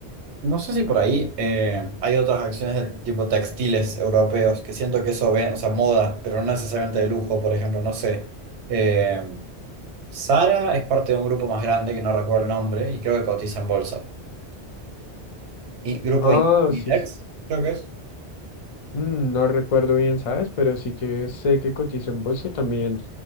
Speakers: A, on the right (about 90°); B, on the left (about 45°).
A: No sé si por ahí eh, hay otras acciones de tipo textiles europeos, que siento que eso ven, o sea, moda, pero no necesariamente de lujo, por ejemplo, no sé. em, Sara es parte de un grupo más grande que no recuerdo el nombre y creo que cotiza en bolsa. Y grupo
B: Ah,
A: In- Inditex,
B: sí, sí.
A: creo que es.
B: Mm, no recuerdo bien, ¿sabes? Pero sí que sé que cotiza en bolsa y también